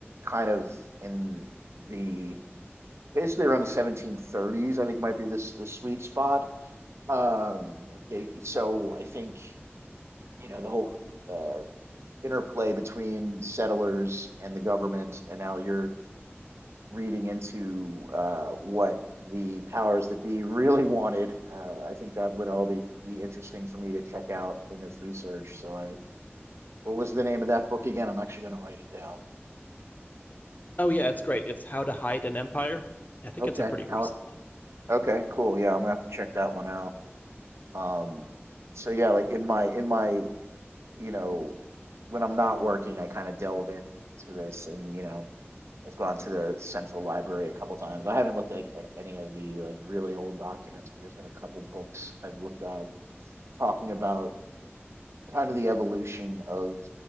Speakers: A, on the right; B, on the left.
A: kind of in the basically around the 1730s I think might be this the sweet spot um they, so I think you know the whole uh interplay between settlers and the government and now you're reading into uh, what the powers that be really wanted. Uh, I think that would all be, be interesting for me to check out in this research. So, I, what was the name of that book again? I'm actually going to write it down.
B: Oh yeah, it's great. It's How to Hide an Empire. I think
A: Okay.
B: it's a pretty
A: How?
B: recent one.
A: Okay. Cool. Yeah, I'm gonna have to check that one out. Um. So yeah, like in my in my you know when I'm not working, I kind of delve into this, and you know I've gone to the central library a couple times. I haven't looked at, like, at any of the like really old documents, but there's been a couple books I've looked at talking about kind of the evolution of